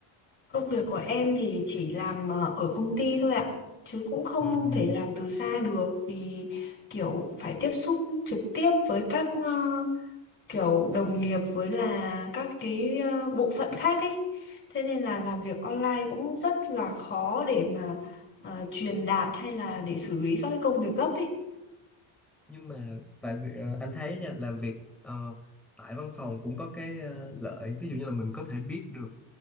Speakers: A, on the left; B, in the centre.
A: Công việc của em thì chỉ làm ờ, ở công ty thôi ạ, chứ cũng không
B: Ừ.
A: thể làm từ xa được vì kiểu phải tiếp xúc trực tiếp với các ờ, kiểu đồng nghiệp với là các cái ờ, bộ phận khác ấy thế nên là làm việc online cũng rất là khó để mà ờ, truyền đạt hay là để xử lý các cái công việc gấp ấy
B: nhưng mà tại vì ờ, anh thấy nha làm việc ờ, tại văn phòng cũng có cái ờ, lợi ví dụ như là mình có thể biết được